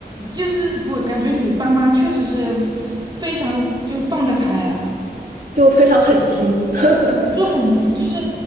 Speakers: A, on the right; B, on the right.
A: 就是我感觉你爸妈确实是非常就放得开啊。
B: 就非常狠心，<laughs>
A: 就很行，就是